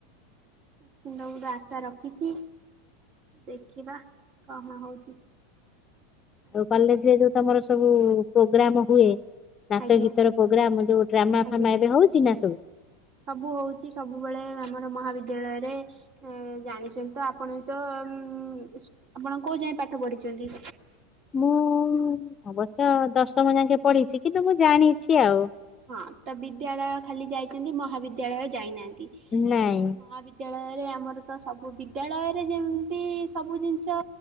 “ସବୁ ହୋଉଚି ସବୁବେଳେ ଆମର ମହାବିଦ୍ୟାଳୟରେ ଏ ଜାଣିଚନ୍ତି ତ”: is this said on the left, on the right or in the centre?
Right